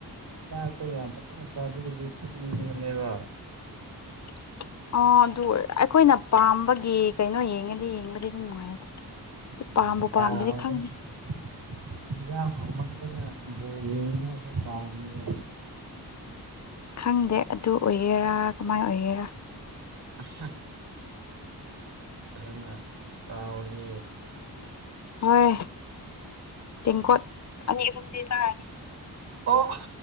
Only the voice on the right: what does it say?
ꯆꯥꯛ ꯇꯨ ꯌꯥꯝ ꯐꯖꯅ ꯆꯥꯕꯤꯔꯗꯤ ꯇꯨꯝꯅꯤꯡ ꯃꯅꯦꯕ
<unintelligible>
ꯍꯤꯟꯖꯥꯡ ꯍꯥꯎꯃꯟꯗꯅ ꯕꯣꯜ ꯌꯦꯡꯅꯥꯡꯉꯥꯏ ꯐꯧ ꯀꯥꯎꯅꯤꯀꯣ
<unintelligible> ꯐꯖꯅ ꯆꯥꯎꯔꯤ
ꯑꯣ